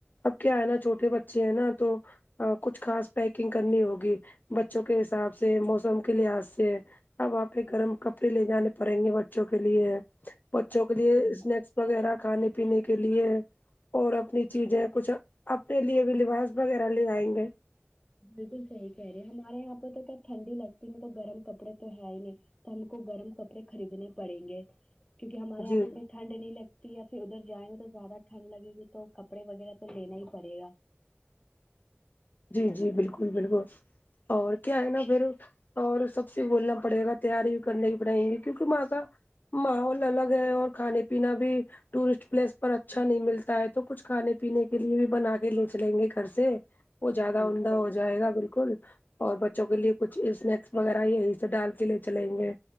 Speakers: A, on the left (about 45°); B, on the left (about 20°).
A: اب کیا ہے نا چھوٹے بچے ہیں نا تو کچھ خاص پیکنگ کرنی ہوگی بچوں کے حساب سے موسم کے لحاظ سے اب وہاں پہ گرم کپڑے لے جانے پڑیں گے بچوں کے لیے بچوں
B: بالکل
A: کے لیے اسنیکس وغیرہ کھانے پینے کے لیے اور اپنی چیزیں کچھ اپنے لیے بھی لباس وغیرہ لے آئیں گے
B: بالکل صحیح کہہ رہے ہمارے یہاں پہ تو کیا ٹھنڈی لگتی نہی تو گرم کپڑے تو ہے ہی نہیں تو ہم کو گرم کپڑے خریدنے پڑیں گے کیونکہ ہمارے یہاں
A: جی
B: پہ اتنے ٹھنڈ نہیں لگتی یا پھر ادھر جائیں گے تو زیادہ ٹھنڈ لگے گی تو کپڑے وغیرہ تو لینا ہی پڑے گا
A: جی جی بالکل بالکل اور کیا ہے نا پھر اور سب سے بولنا پڑے گا تیاری بھی کرنے کی پڑے گی کیونکہ وہا ں کا ماحول الگ ہے اور کھانے پینا بھی ٹورسٹ پلیس پر اچھا نہیں ملتا ہے تو کچھ کھانے پینے کے لیے بھی بنا کے لے چلیں گے گھر سے وہ زیادہ
B: بالکل
A: اوندھا ہو جائے گا بالکل اور بچوں کے لیے کچھ اسنیکس وغیرہ یہی سے ڈال کے لے چلیں گے